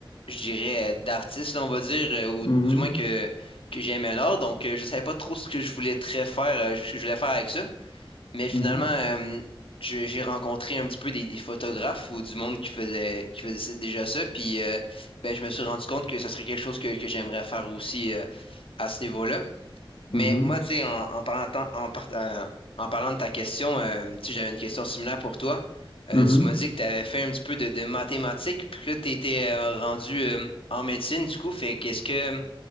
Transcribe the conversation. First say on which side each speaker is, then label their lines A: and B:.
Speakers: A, on the left (about 85°); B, on the left (about 60°).
A: je dirais, euh, d'artiste, là, on va dire, euh, ou
B: Mhm,
A: du moins que, que j'aimais l'art. Donc, euh, je savais pas trop ce que je voulais très faire, euh, je je voulais faire avec ça. Mais finalement,
B: mhm,
A: euh, je- j'ai rencontré un petit peu des, des photographes ou du monde qui faisait, qui faisait déjà ça. Puis euh, ben, je me suis rendu compte que ça serait quelque chose que, que j'aimerais faire aussi euh, à ce niveau-là.
B: mhm,
A: Mais moi, tu sais, en, en parlant, tant- en, par- euh, en parlant de ta question, euh, tu sais, j'avais une question similaire pour toi. Euh,
B: mhm.
A: tu m'as dit que tu avais fait un petit peu de, de mathématiques, puis que là, tu étais rendu euh, en médecine, du coup. Fait qu'est-ce que,